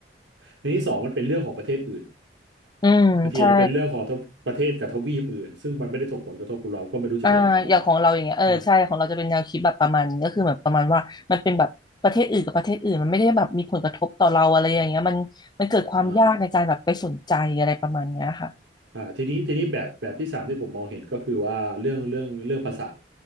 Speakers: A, on the right; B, on the left.
A: อันที่สองมันเป็นเรื่องของประเทศอื่น
B: อืมใช่
A: บางทีอาจจะเป็นเรื่องของทวประเทศกับทวีปอื่นซึ่งมันไม่ได้ส่งผลกระทบกับเราก็ไม่รู้จะไปอ่านทำไม
B: อ่าอย่างของเราอย่างเงี้ยเออใช่ของเราจะเป็นแนวคิดแบบประมาณนี้ก็คือแบบประมาณว่ามันเป็นแบบประเทศอื่นกับประเทศอื่นมันไม่ได้แบบมีผลกระทบต่อเราอะไรอย่างเงี้ยมันมันเกิดความยากในการแบบไปสนใจอะไรประมาณเนี้ยค่ะ
A: อ่าอ่า อ่าทีนี้ทีนี้แบบแบบที่สามที่ผมมองเห็นก็คือว่าเรื่องเรื่องเรื่องภาษา